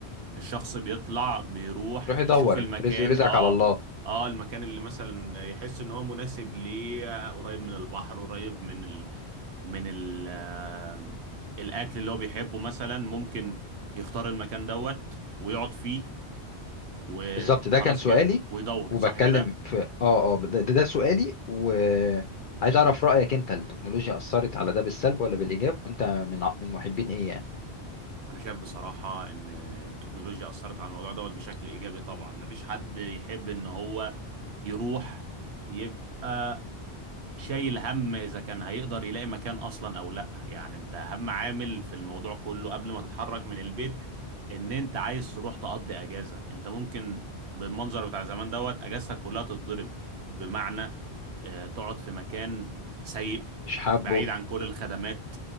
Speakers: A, on the right; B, on the left.
A: الشخص بيطلع بيروح
B: روح يدور
A: يشوف المكان
B: رزقي ورزقك
A: اه
B: على الله
A: اه المكان اللي مثلا يحس ان هو مناسب ليه آه، قريب من البحر قريب من ال... من ال... آه، الاكل اللي هو بيحبه مثلا ممكن يختار المكان دوت ويقعد فيه وخلاص
B: بالظبط ده كان سؤالي
A: كده ويدور
B: وبتكلم
A: صح كده
B: في اه اه ده, ده سؤالي وعايز اعرف رأيك انت التكنولوجيا أثرت على ده بالسلب ولا بالإيجاب وانت من ع- من محبين ايه يعني
A: انا شايف بصراحة ان التكنولوجيا اثرت على الموضوع دوت بشكل ايجابي طبعا مفيش حد يحب ان هو يروح يبقى شايل هم اذا كان هيقدر يلاقي مكان اصلا او لا يعني انت اهم عامل في الموضوع كله قبل ما تتحرك من البيت ان انت عايز تروح تقضي اجازة انت ممكن بالمنظر بتاع زمان دوت اجازتك كلها تتضرب بمعنى آه، تقعد في مكان سيء
B: مش حابه
A: بعيد عن كل الخدمات